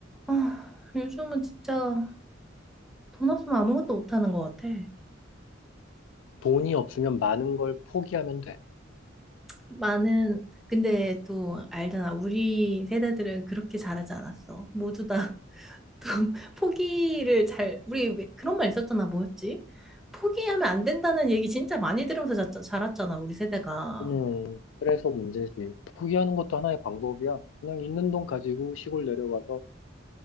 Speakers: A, in the centre; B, on the left.
A: 아, 요즘은 진짜 돈 없으면 아무것도 못하는 것 같아.
B: 돈이 없으면 많은 걸 포기하면 돼.
A: 많은, 근데 또 알잖아. 우리 세대들은 그렇게 잘하지 않았어. 모두 다 또 <laughs> 포기를 잘, 우리 왜- 그런 말 있었잖아. 뭐였지? 포기하면 안 된다는 얘기 진짜 많이 들으면서 자- 자랐잖아. 우리 세대가.
B: 음, 그래서 문제지. 포기하는 것도 하나의 방법이야. 그냥 있는 돈 가지고 시골 내려가서